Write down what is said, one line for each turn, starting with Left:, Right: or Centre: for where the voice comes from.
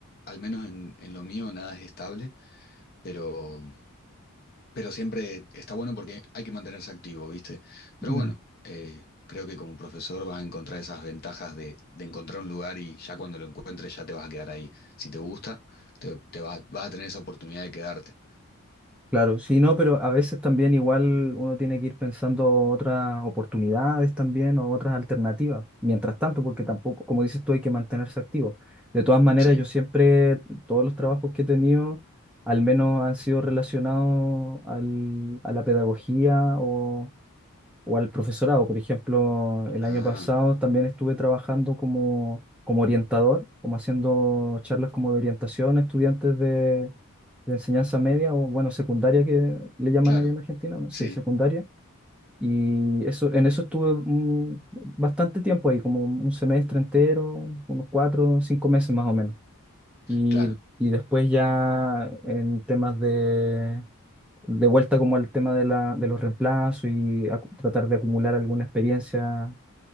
Left: al menos en, en lo mío, nada es estable, pero pero siempre está bueno porque hay que mantenerse activo, ¿viste? Pero
Centre: mm,
Left: bueno, eh, creo que como profesor vas a encontrar esas ventajas de, de encontrar un lugar y ya cuando lo encuentres ya te vas a quedar ahí. Si te gusta, te, te vas, vas a tener esa oportunidad de quedarte.
Centre: claro, sí, no, pero a veces también igual uno tiene que ir pensando otras oportunidades también o otras alternativas, mientras tanto, porque tampoco, como dices tú, hay que mantenerse activo. De todas maneras,
Left: Sí.
Centre: yo siempre, todos los trabajos que he tenido, al menos han sido relacionados al- a la pedagogía o o al profesorado. Por ejemplo, el
Left: Ah,
Centre: año pasado también estuve trabajando como, como orientador, como haciendo charlas como de orientación a estudiantes de, de enseñanza media o, bueno, secundaria que le llaman
Left: claro.
Centre: allá en Argentina, ¿no? sí,
Left: Sí,
Centre: secundaria. Y eso, en eso estuve mm, bastante tiempo ahí, como un semestre entero, unos cuatro, cinco meses más o menos. Y,
Left: claro.
Centre: y después ya en temas de de vuelta como al tema de la, de los reemplazos y acu- tratar de acumular alguna experiencia